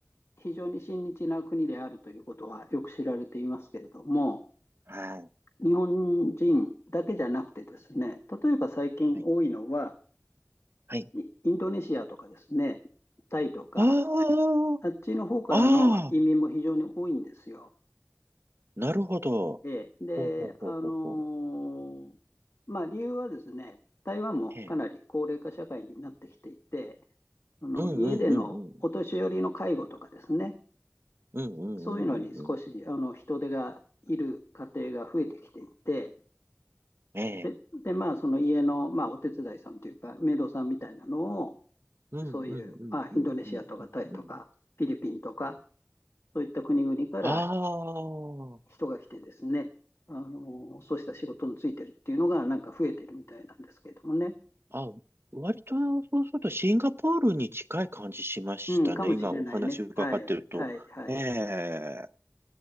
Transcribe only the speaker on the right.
はい、
はい。はい
あ
あ、ああ、なるほど。
ほうほうほうほうほう。
ええ。
うんうんうんうん。うんうんうんうんうん。
ええ。
うんうんうんうんうんうんうん。
ああ。
あ、割とそうするとシンガポールに近い感じしましたね。
今お話伺ってると。
ええ。